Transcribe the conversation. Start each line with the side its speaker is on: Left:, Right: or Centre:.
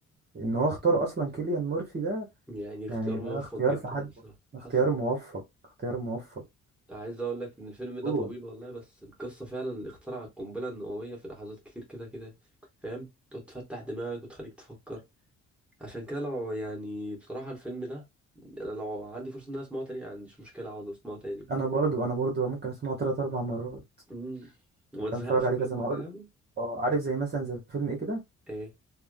Right: إن هو اختاره أصلا كيليان مورفي ده
Centre: يعني اختيار
Right: يعني ده
Centre: موفق
Right: اختيار
Centre: جدا
Right: في حد
Centre: بصراحة
Right: اختيار
Centre: حصل
Right: موفق اختيار موفق
Centre: عايز أقول لك إن الفيلم
Right: جون
Centre: ده طويل والله بس القصة فعلا اللي اخترع القنبلة النووية في لحظات كتير كده كده فاهم تقعد تفتح دماغك وتخليك تفكر عشان كده لو يعني بصراحة الفيلم ده أنا لو عندي فرصة إن أنا أسمعه تاني ما عنديش مشكلة أقعد أسمعه تاني بصراحة
Right: أنا برضو أنا برضو ممكن أسمعه تلات أربع مرات
Centre: مم. وما
Right: ممكن
Centre: تزهقش
Right: أتفرج عليه
Centre: منه
Right: كذا ما
Centre: فاهم
Right: أقول آه، عارف زي مثلا زي فيلم إيه كده
Centre: ايه